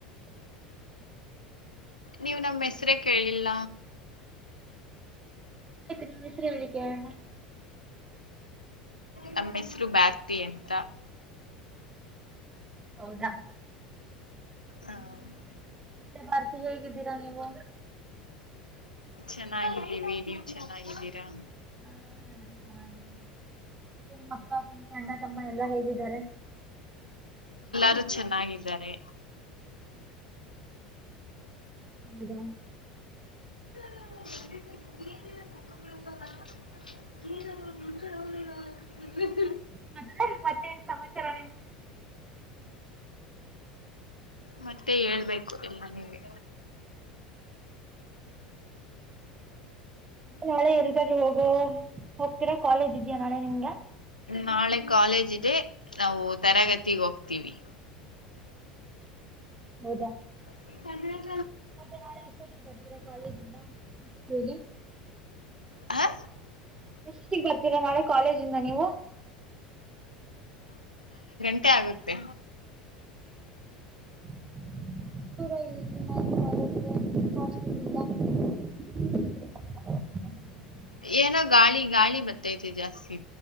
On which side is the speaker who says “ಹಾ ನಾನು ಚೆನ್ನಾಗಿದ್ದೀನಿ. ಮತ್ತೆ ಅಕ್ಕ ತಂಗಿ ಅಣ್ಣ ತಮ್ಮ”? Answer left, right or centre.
Right